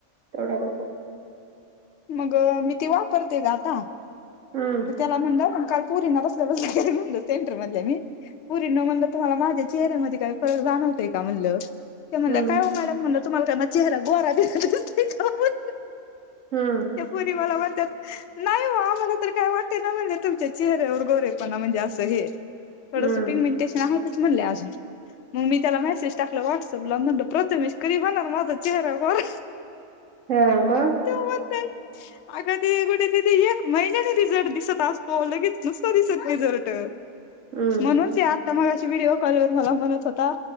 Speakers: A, on the right; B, on the left.
A: तेवढ्या आहे.
B: मग, मी ते वापरते ग आता,
A: हम्म
B: त्याला म्हण म काल पोरीना बसल्या बसल्या ग म्हण सेंटर मधले मी पोरी न म्हणलं तुम्हाला माझ्या चेहऱ्यामध्ये काही फरक जाणवतय का म्हणलं. त्या म्हणले
A: हम्म
B: का मॅडम म्हण तुम्हाला काय म चेहरा गोरा दिसत नाही का म्हणलं.
A: हा
B: ते पोरी मला म्हणतात नाही हो आम्हाला तर काय वाटते ना म्हणजे तुमच्या चेहऱ्यावर गोरेपणा म्हणजे असं हे थोडंस
A: हम्म
B: पिनमेंटेशन आच म्हणले अजून मग मी त्याला मेसेज टाकला व्हॉट्सअपला म्हणलं प्रथमेश की बणार माझा चेहरावर
A: हा.. म
B: तेवर ते अग.. ते कुठे तिथे एक महिन्याने रिझल्ट दिसत असजतो लगेच नुसतो दिसत रिझल्ट
A: हम्म
B: म्हणूनच या आता मगाशी व्हिडिओ कॉल वर मला म्हणत होता.